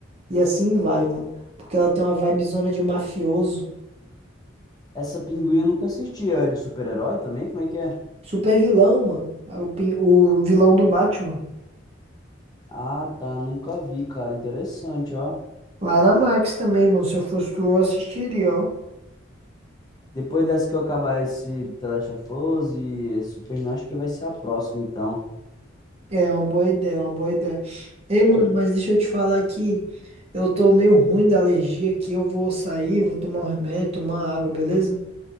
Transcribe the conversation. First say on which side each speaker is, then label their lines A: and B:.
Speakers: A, on the right; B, on the left.
A: e assim vai, mano. Porque ela tem uma vibezona de mafioso.
B: Essa Pinguim eu nunca assisti. É de super-herói também? Como é que é?
A: Super vilão, mano. É O, pin- o vilão do Batman.
B: Ah, tá. Nunca vi, cara. Interessante, ó.
A: Lá na Max também, mano. Se eu fosse tu, eu assistiria, ó.
B: Depois dessa que eu acabar esse The Last of Us e esse Superman, acho que vai ser a próxima, então.
A: É uma boa ideia, é uma boa ideia. Ei, mano, mas deixa eu te falar aqui. Eu tô meio ruim da alergia aqui. Eu vou sair, vou tomar um remédio, tomar água, beleza?